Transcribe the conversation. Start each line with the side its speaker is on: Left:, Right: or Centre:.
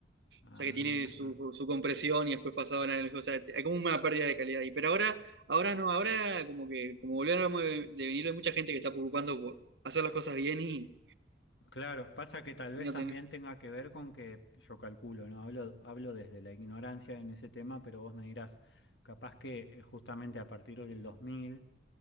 Left: ajá.
Right: O sea que tiene su, su compresión y después pasado la analógica. O sea, hay como una pérdida de calidad ahí. Pero ahora, ahora no, ahora como que, como volvemos de, de vinilo, hay mucha gente que está preocupando por hacer las cosas bien y,
Left: Claro, pasa que tal vez
Right: y no
Left: también
Right: tener.
Left: tenga que ver con que yo calculo, ¿no? Hablo, hablo desde la ignorancia en ese tema, pero vos me dirás, capaz que eh, justamente a partir del 2000,